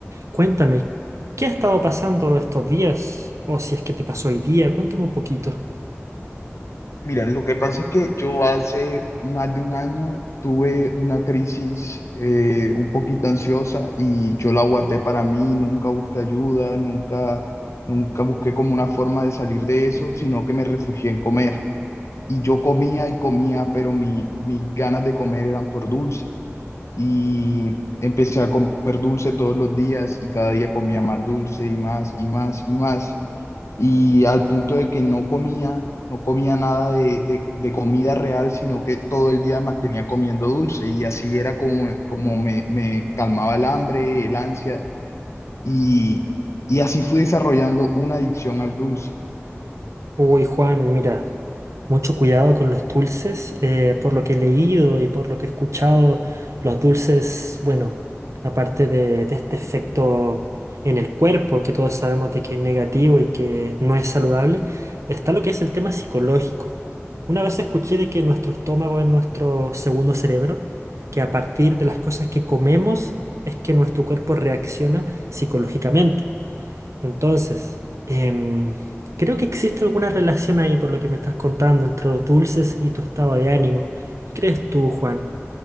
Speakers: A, on the right (about 85°); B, on the left (about 70°).
A: Cuéntame, ¿qué ha estado pasando estos días? O si es que te pasó hoy día, cuéntame un poquito.
B: Mira, lo que pasa es que yo hace más de un año tuve una crisis eh, un poquito ansiosa y yo la guardé para mí, nunca busqué ayuda, nunca, nunca busqué como una forma de salir de eso, sino que me refugié en comer. Y yo comía y comía, pero mi, mis ganas de comer eran por dulce. Y empecé a comer dulce todos los días y cada día comía más dulce y más y más y más y al punto de que no comía, no comía nada de, de- de comida real, sino que todo el día mantenía comiendo dulce y así era como, como me, me calmaba el hambre, el ansia y, y así fui desarrollando una adicción al dulce.
A: Uy, Juan, mira, mucho cuidado con los dulces. eh, por lo que he leído y por lo que he escuchado, los dulces, bueno, aparte de, de este efecto en el cuerpo, que todos sabemos de que es negativo y que no es saludable, está lo que es el tema psicológico. Una vez escuché de que nuestro estómago es nuestro segundo cerebro, que a partir de las cosas que comemos es que nuestro cuerpo reacciona psicológicamente. Entonces, em, creo que existe alguna relación ahí por lo que me estás contando entre los dulces y tu estado de ánimo. ¿Qué crees tú, Juan?